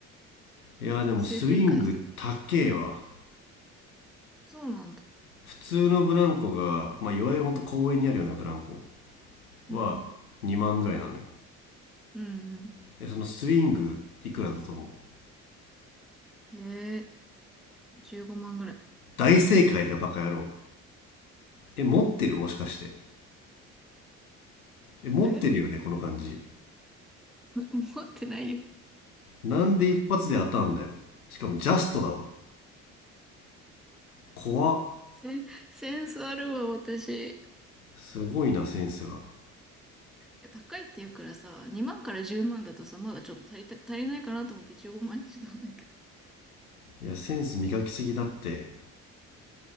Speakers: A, on the left; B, in the centre.
A: いやーでもスイング高えわ
B: っと性転換してくれ。そうなんだ。
A: 普通のブランコが、まあ、いわゆるほんと公園にあるようなブランコ
B: うん。
A: は2万ぐらいなのよ
B: うんうん。
A: えそのスイングいくらだと思う
B: へえ、15万ぐらい。
A: 大正解だよバカ野郎え持ってるもしかしてえ持ってるよねこの感じ
B: え <laughs> 持ってないよ。
A: なんで一発で当たんだよしかもジャストだわ怖っ
B: セン、センスあるわ、私。
A: すごいなセンスが
B: や高いって言うからさ、2万から10万だとさ、まだちょっと足りた、足りないかなと思って15万にしたんだけど。
A: いやセンス磨きすぎだって